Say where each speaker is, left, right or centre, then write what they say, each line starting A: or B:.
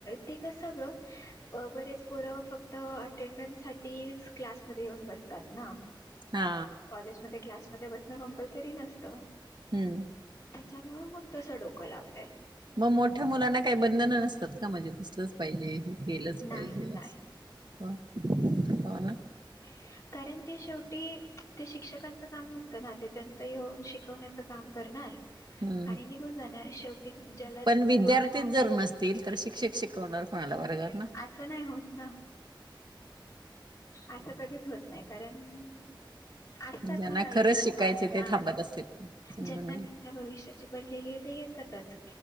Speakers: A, on the left; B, on the right.
A: ते कसं ग. बरेच पोर फक्त अटेंडनस साठी क्लास. मध्ये येऊन बसतात ना,
B: हा
A: कॉलेज मध्ये क्लासमध्ये बसण कंपल्सरी नसतं.
B: हम्म.
A: त्याच्यामुळं मग तसं डोकं लावलंय.
B: मग मोठ्या मुलांना काही बंधन नसतात का म्हणजे बसलंच पाहिजे. हे केलंच
A: नाही
B: पाहिजे
A: नाही
B: असं हो ना.
A: ए य <inaudible> कारण ते शेवटी ते शिक्षकांचे काम नसतं ना ते त्यांचं येऊन शिकवण्याचं काम करणार.
B: हम्म
A: आणि निघून जाणार शेवटी ज्याला ज्याचं
B: पण विद्यार्थीच
A: भ
B: जर नसतील तर शिक्षक शिकवणार कुणाला वर्गात ना,
A: असं नाही होत ना, असं कधी होत नाही कारण- असतात
B: ज्यांना
A: ना काहीजण
B: खरंच शिकायचे
A: मग
B: ते थांबत असतील समजून
A: ज्यांना
B: घे
A: त्यांच्या भविष्याची पडलेली ए ते येतातच